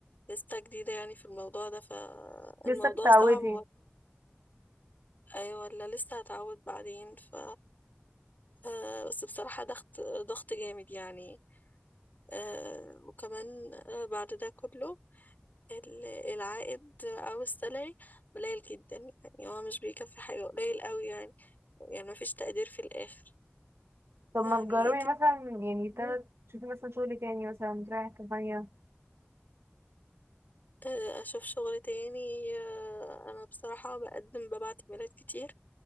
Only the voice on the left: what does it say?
لسه جديدة يعني في الموضوع ده فالموضوع
صعب ايوه ولا لسه هتعود بعدين ف آه، بس بصراحة ضغط ضغط جامد يعني آه، وكمان آه، بعد ده كله ال- العائد او السالري قليل جدا يعني هو مش بيكفي حاجة قليل قوي يعني يعني مفيش تقدير في الاخر
يعني
انت
بتقولي،
آه، اشوف شغل تاني آه، انا بصراحة بقدم ببعت ايميلات كتير